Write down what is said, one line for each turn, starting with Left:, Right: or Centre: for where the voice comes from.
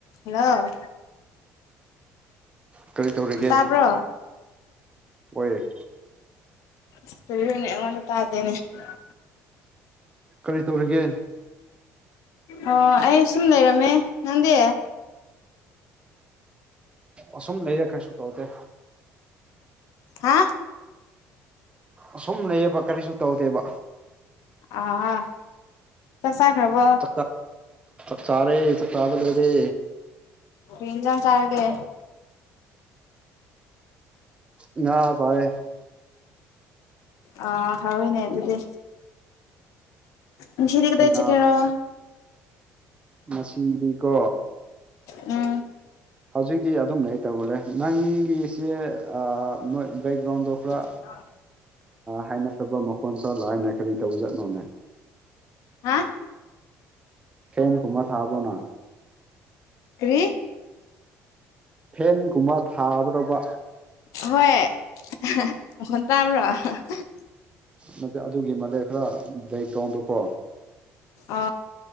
Left: hello
Right: ꯀꯔꯤ ꯇꯧꯔꯤꯒꯦ
Left: ꯇꯥꯕ꯭ꯔꯣ
Right: ꯍꯣꯌ ꯑꯦ
Left: <unintelligible>
Right: ꯀꯔꯤ ꯇꯧꯔꯤꯒꯦ
Left: ꯑꯣ ꯑꯩ ꯁꯨꯝ ꯂꯩꯔꯝꯃꯦ ꯅꯪꯗꯤ
Right: ꯑ ꯁꯨꯝ ꯂꯔ ꯀꯥꯏꯁꯨꯨ ꯀꯧ ꯇ
Left: ꯍꯥ
Right: ꯑꯁꯨꯝ ꯂꯩꯌꯦꯕ ꯀꯔꯤꯁꯨ ꯇꯧꯗꯦꯕ
Left: ꯑꯥ ꯆꯥꯛ ꯆꯈꯔ꯭ꯕꯣ
Right: ꯆꯥꯛ ꯆꯥꯛ ꯆꯔꯦ ꯆꯥꯛ ꯆꯥꯕꯥ ꯂꯣꯏꯔꯦ
Left: ꯍꯦꯟꯖꯥꯡ ꯆꯔꯥꯒꯦ
Right: ꯉ ꯄꯥꯏ
Left: ꯑ ꯍꯥꯎꯅꯦ ꯑꯗꯨ ꯑꯗꯨꯗꯤ ꯉꯁꯤꯗꯤ ꯀꯗꯥꯏ
Right: ꯉ
Left: ꯆꯠꯀꯦꯔꯣ
Right: ꯃꯁꯤꯗꯤꯀꯣ
Left: ꯎꯝ
Right: ꯍꯧꯖꯤꯛꯇꯤ ꯑꯗꯨꯝ ꯂꯩꯇꯃꯅꯦ ꯅꯪꯒꯤꯁꯦ ꯅꯣꯏ ꯕꯦꯛꯒ꯭ꯔꯥꯎꯟꯗꯣ ꯈꯔ
Left: ꯑ
Right: ꯍꯥꯏꯅꯗꯕ ꯃꯈꯣꯟ ꯈꯔ ꯂꯥꯏꯅꯦ ꯀꯔꯤ ꯇꯧꯕ ꯆꯠꯅꯣꯅꯦ
Left: ꯍꯥ
Right: ꯐꯦꯟ ꯀꯨꯝꯕ ꯊꯕ꯭ꯔꯣꯅ
Left: ꯀ꯭ꯔꯤ
Right: ꯐꯦꯟꯒꯨꯝꯕ ꯊꯥꯕ꯭ꯔꯕ
Left: ꯍꯣꯏ <unintelligible>
Right: ꯅꯠꯇꯦ ꯑꯗꯨꯒꯤ ꯃꯥꯂꯦ ꯈꯔ ꯕꯦꯛꯒ꯭ꯔꯥꯎꯟꯗꯀꯣ
Left: ꯑ